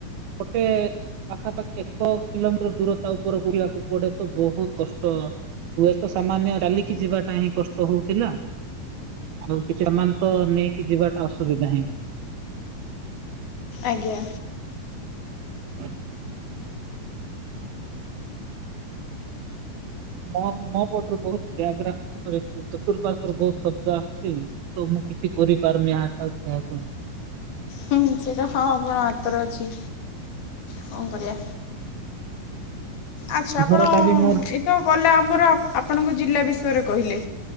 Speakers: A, on the right (about 80°); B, on the left (about 85°).
A: ଗୋଟେ ପାଖାପାଖି ଏକ କିଲୋମିଟର ଦୂରତା ଉପରକୁ ଯିବାକୁ ପଡେ ତ ବହୁତ କଷ୍ଟ ହୁଏ ତ ସାମାନ୍ୟ ଚାଲିକି ଯିବାଟା ହିଁ କଷ୍ଟ ହଉଥିଲା। ଆଉ କିଛି ଏ ମାନେ ତ ନେଇକି ଯିବାଟା ଅସୁବିଧା ହିଁ।
B: ଆଜ୍ଞା।
A: <inaudible> ମ ମୋ ପଟରେ ବହୁତ ବ୍ୟାଗ୍ରେ କରିଚି ଚତୁଃପାର୍ଶ୍ଵରେ ବହୁତ ଶବ୍ଦ ଆସିୁଚି ତ ମୁଁ କିଛି କରିପାରୁନି ଆ ତା କାହାକୁ
B: ହୁଁ ସେଟା ହଁ ବା ଆପ ତର ଅଛି କଣ କରିବା। ଆଛା ଆପଣ
A: ଘରଟା ବି ମୋର
B: ଏତ ଗଲେ ଆମର ଆପଣଙ୍କ ଜିଲ୍ଲା ବିଷୟରେ କହିଲେ।